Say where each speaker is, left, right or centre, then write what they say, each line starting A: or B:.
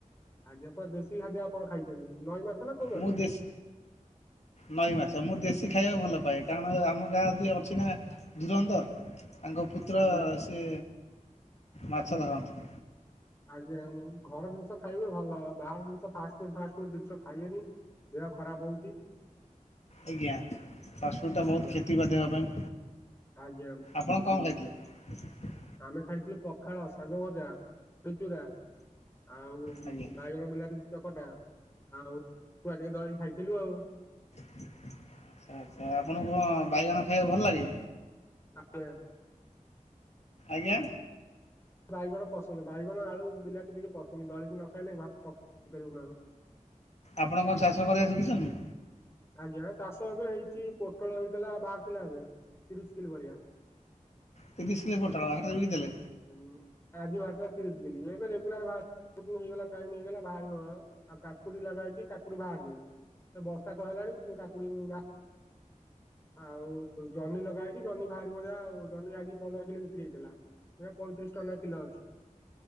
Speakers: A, on the left (about 20°); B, on the left (about 55°).
A: ଆଜି ଅପା ଦେଶୀ ଖାଦ୍ୟ ଆପଣ ଖାଇଛନ୍ତି ନଈ ମାଛ ନା କୋଉ ମାଛ?
B: ମୁଁ ଦିସ୍
A: <inaudible>
B: ନଈ ମାଛ ମୁଁ ଦେଶୀ ଖାଇବାକୁ ଭଲ ପାଏ କାରଣ ଆମ ଗାଁ ଯିଏ ଅଛି ନା ଧୁରନ୍ଧର ତାଙ୍କ ପୁତ୍ର
A: ଆଜ୍ଞା
B: ସେ ମାଛ ଧରନ୍ତି।
A: ଆଜ୍ଞା ଘର ଜିନିଷ ଖାଇବେ ଭଲ ବାହାର ଜିନିଷ ଫାଷ୍ଟ ଫୁଡ୍ ଫାଷ୍ଟ ଫୁଡ୍ ଜିନିଷ ଖାଇବେନି ଦେହ ଖରାପ ହଉଛି।
B: ଆଜ୍ଞା ଫାଷ୍ଟଫୁଡ଼୍ ଟା ବହୁତ
A: ଆଜ୍ଞା
B: କ୍ଷତି ବା ଦେହ ପାଇଁ।
A: ଆଜ୍ଞା
B: ଆପଣ କଣ ଖାଇଥିଲେ?
A: ଆମେ ଖାଇଥିଲୁ ପଖାଳ, ଶାଗ ଭଜା, ବଢ଼ିଚୁରା। ଆଉ
B: ଆଜ୍ଞା
A: ବାଇଗଣ, ବିଲାତି ଚକଟା। ଆଉ ଖୁଆ ଟିକେ ନଗେଇକି ଖାଇଥିଲୁ ଆଉ <unintelligible>
B: ଆଛା ଆଚ୍ଛା ଆପଣଙ୍କୁ କଣ ବାଇଗଣ ଖାଇବା ଭଲ ଲାଗେ?
A: ଆଜ୍ଞା <unintelligible>
B: ଆଜ୍ଞା।
A: ମତେବାଇଗଣ ପସନ୍ଦ ବାଇଗଣ ଆଳୁ ବିଲାତି ଟିକେ ପସନ୍ଦ ଦଳିକି ନ ଖାଇଲେ ଭାତଖାଇପାରିବିନି। <unintelligible>
B: ଆପଣ କଣ ଚାଷ କରିବା ଶିଖିଛନ୍ତି?
A: ଆଜ୍ଞା ଚାଷ ଏବେ ହେଇଚି ପୋଟଳ ହେଇଥିଲା ବାହାରଥିଲା ଏବେ ତିରିଶ କିଲି ଭଳିଆ।
B: ତିରିଶ କିଲୋ ପୋଟଳ
A: ଆଉ
B: ହାଟରେ ବିକିଦେଲେ
A: <inaudible> ହୁଁ ଆଜି ବାହାର ଥିଲା ତିରିଶି କିଲେ ଏବେ ରେଗୁଲାର ବାହାର ସେ ଦିନୁ ହେଇଗଲା ଟାଇମି ହେଇଗଲା ବାହାରିବ ଆଉ କାକୁଡି ଲଗା ହେଇଛି କାକୁଡି ବାହାରନି ସେ ବସ୍‌ ବର୍ଷା ତ ହେଲାଣି କିଁ କାକୁଡି ବା ଆଉ ଜହ୍ନି ଲଗା ହେଇଛି ଜହ୍ନି ବାହାରିବ ଯାହା ଆଉ ଜହ୍ନି ଆଜି ପନ୍ଦର କିଲି ବିକ୍ରି ହେଇଥିଲା। ଏବେ ପଇଁତିରିଶ ଟଙ୍କା ନେଖା କିଲ ଅଛି।